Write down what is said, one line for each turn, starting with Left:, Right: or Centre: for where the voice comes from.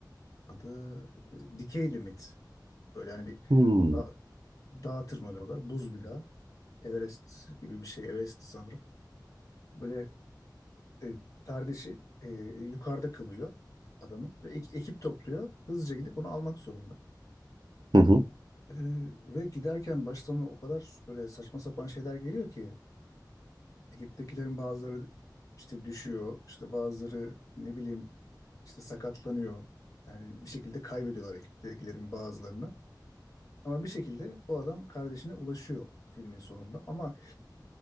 Left: adı e, Dikey Limit. Böyle hani bir
Right: Hmm.
Left: da, dağa tırmanıyorlar. Buz bir dağ. Everest gibi bir şey. Everest'ti sanırım. Böyle e, kardeşi e, yukarıda kalıyor adamın. Ve ek- ekip topluyor. Hızlıca gidip onu almak zorunda.
Right: Hı hı.
Left: E, ve giderken baştan o kadar böyle saçma sapan şeyler geliyor ki Ekiptekilerin bazıları işte düşüyor, işte bazıları ne bileyim işte sakatlanıyor. Yani bir şekilde kaybediyorlar ekiptekilerin bazılarını. Ama bir şekilde o adam kardeşine ulaşıyor filmin sonunda. Ama